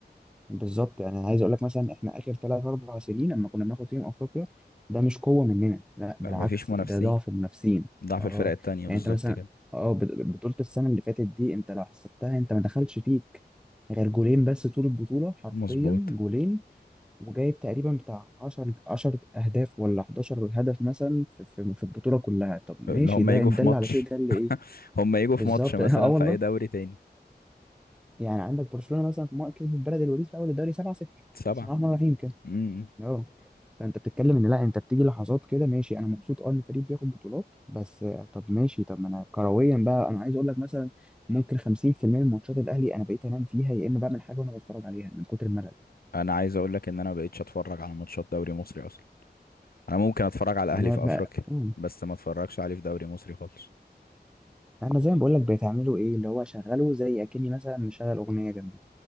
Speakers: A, in the centre; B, on the left (about 60°).
A: بالظبط يعني عايز اقول لك مثلا احنا اخر ثلاث اربع سنين لما كنا بناخد فيهم افريقيا ده مش قوه مننا لا بالعكس
B: لا مفيش منافسين
A: ده ضعف المنافسين
B: ضعف
A: اه
B: الفرق التانية
A: يعني
B: بالظبط
A: انت مثلا
B: كده
A: اه بط- بطوله السنه اللي فاتت دي انت لو حسبتها انت ما دخلش فيك غير جولين بس طول البطوله حرفيا
B: مظبوط
A: جولين وجايب تقريبا بتاع 10 10 اهداف ولا 11 هدف مثلا في في في البطوله كلها طب ماشي
B: اللي هم
A: ده
B: يجوا
A: ان
B: في
A: دل
B: ماتش
A: على شيء ده اللي ايه
B: هم يجوا
A: بالظبط
B: في ماتش مثلا
A: <laughs> اه والله
B: في اي دوري تاني
A: يعني عندك برشلونه مثلا في مرة كسبت بلد الوليد في اول الدوري 7-0
B: سبعة
A: بسم الله الرحمن الرحيم
B: امم
A: اه فانت بتتكلم ان لا انت بتيجي لحظات كده ماشي انا مبسوط اه ان الفريق بياخد بطولات بس آه، طب ماشي طب ما انا كرويا بقى انا عايز اقول لك مثلا ممكن 50% من ماتشات الاهلي انا بقيت انام فيها يا اما بعمل حاجه وانا بتفرج عليها من كتر الملل
B: انا عايز اقول لك ان انا مبقتش اتفرج على ماتشات دوري مصري اصلا انا ممكن اتفرج على
A: يعني
B: الاهلي
A: انا
B: في
A: بقى
B: افريقيا
A: مم.
B: بس ما اتفرجش عليه في دوري مصري خالص
A: انا زي ما بقول لك بتعملوا ايه اللي هو شغله زي اكني مثلا مشغل اغنيه جنبي